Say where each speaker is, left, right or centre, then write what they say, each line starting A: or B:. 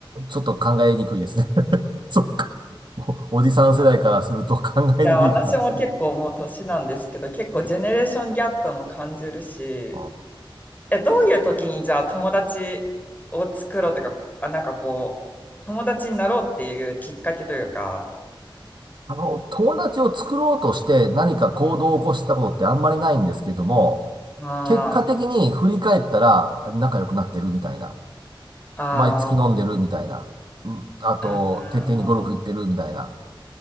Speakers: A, on the right; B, on the left.
A: ちょっと考えにくいですね。<laughs> そっか。お、おじさん世代からすると考えにくいかなと。
B: いや、私も結構もう年なんですけど、結構ジェネレーションギャップも感じるし、
A: あ
B: え、どういう時にじゃあ友達を作ろうとか、あ、なんかこう、友達になろうっていうきっかけというか、
A: あの、友達を作ろうとして何か行動を起こしたことってあんまりないんですけども、
B: あー
A: 結果的に振り返ったら仲良くなってるみたいな。
B: あー、
A: 毎月飲んでるみたいな。うんあと、
B: あー
A: 徹底にゴルフ行ってるみたいな。